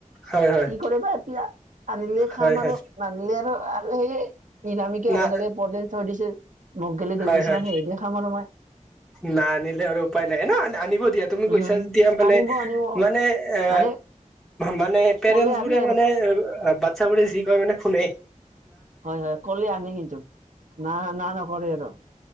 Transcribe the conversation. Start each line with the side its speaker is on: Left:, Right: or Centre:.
Centre: হয় হয়
Right: কি কৰে বা এতিয়া আনিলে খাম
Centre: হয় হয়
Right: আৰু নানিলে আৰু আৰু সেইয়ে- নিৰামিষে, হবচাগে
Centre: না
Right: পনিৰ চেনিৰ থৈ দিছে মোক গেলি দুই
Centre: হয়
Right: পিছ
Centre: হয়
Right: মান হেৰি দিয়ে খাম আৰু মই
Centre: না আনিলে আৰু উপায় নাই ন আনিব দিয়া তুমি
Right: উম
Centre: কৈছা যেতিয়া মানে
Right: আনিব আনিব
Centre: মানে এ
Right: মানে
Centre: মানে পেৰেন্টচ
Right: কলে আনে
Centre: বোৰে মানে আৰু বাট ইচ্ছা কৰিলে যি কয় মানে কামেই।
Right: হয় হয় কলে আনে কিন্তু না না নকৰে আৰু